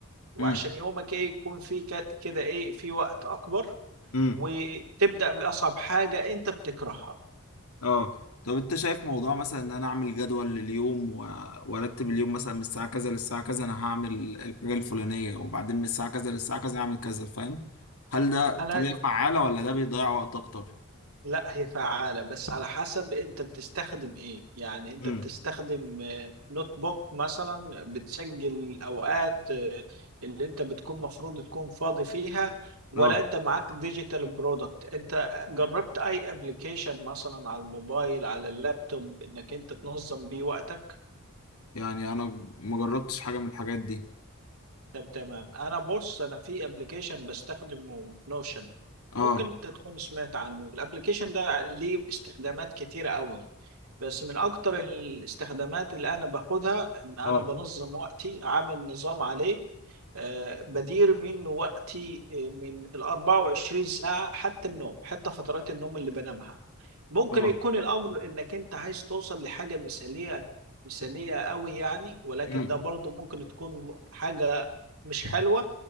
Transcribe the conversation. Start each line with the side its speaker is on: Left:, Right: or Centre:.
Right: وعشان
Left: امم
Right: يومك ايه يكون فيه ك- كده ايه في وقت اكبر
Left: امم
Right: وتبدا باصعب حاجه انت بتكرهها
Left: اه طب انت شايف موضوع مثلا ان انا اعمل جدول لليوم و... وارتب اليوم مثلا من الساعه كذا للساعه كذا انا هعمل الحاجه الفلانيه وبعدين من الساعه كذا للساعه كذا هعمل كذا فاهم هل ده طريقه
Right: انا
Left: فعاله ولا ده بيضيع وقت اكتر
Right: لا هي فعالة بس على حسب انت بتستخدم ايه يعني انت
Left: امم
Right: بتستخدم آه، نوت بوك مثلا بتسجل الاوقات آه، اللي انت بتكون مفروض تكون فاضي فيها ولا
Left: اه
Right: انت معاك ديجيتال برودكت انت جربت اي ابلكيشن مثلا على الموبايل على اللابتوب انك انت تنظم بيه وقتك
Left: يعني انا ما جربتش حاجه من الحاجات دي
Right: طب تمام انا بص انا في ابلكيشن بستخدمه نوشن
Left: اه
Right: ممكن انت تكون سمعت عنه الابلكيشن ده ليه استخدامات كتيرة قوي بس من اكتر الاستخدامات اللي انا باخدها ان انا
Left: اه
Right: بنظم وقتي عامل نظام عليه آه، بدير من وقتي آه، من ال 24 ساعة حتى النوم حتى فترات النوم اللي بنامها ممكن
Left: اه
Right: يكون الأمر إنك أنت عايز توصل لحاجة مثالية مثالية قوي يعني ولكن
Left: امم
Right: ده برضو ممكن تكون حاجة مش حلوة